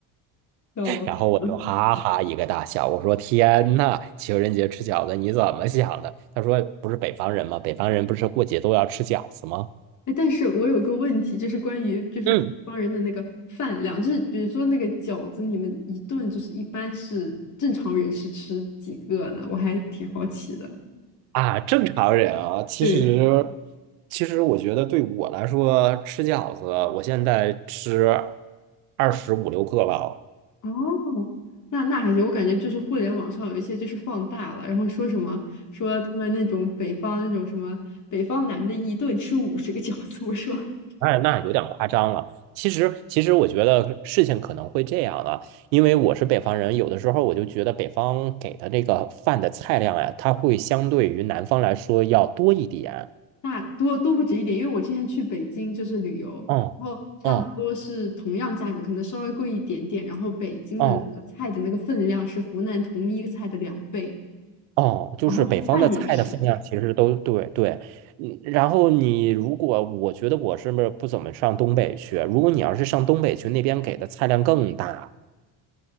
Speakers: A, on the left; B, on the right.
A: 笑死！
B: 然后我就哈哈一个大笑，我说：“天呐，情人节吃饺子你怎么想的？”他说：“不是北方人吗？北方人不是过节都要吃饺子吗？”
A: 哎，但是我有个问题，就是关于就是北方人的那个饭量，
B: 嗯
A: 就是比如说那个饺子，你们一顿就是一般是正常人是吃几个呢？我还挺好奇的。
B: 啊，正常人啊，其实
A: 对，
B: 其实我觉得对我来说，吃饺子，我现在吃二十五六个吧。
A: 哦，那那还行，我感觉就是互联网上有一些就是放大了，然后说什么说他们那种北方那种什么北方男的一顿吃五十个饺子，我说
B: 哎，那有点夸张了。其实，其实我觉得事情可能会这样啊，因为我是北方人，有的时候我就觉得北方给的这个饭的菜量呀，它会相对于南方来说要多一点。
A: 那多多不止一点，因为我之前去北京就是旅游，
B: 哦，
A: 然后差不多是同样价格，
B: 哦，
A: 可能稍微贵一点点。然后北京的那个菜的那个分量是湖南同一个菜的两倍，
B: 哦，哦，就是北方的菜的分量其实都对对。
A: 然后饭也是。
B: 嗯，然后你如果我觉得我是不是不怎么上东北去？如果你要是上东北去，那边给的菜量更大。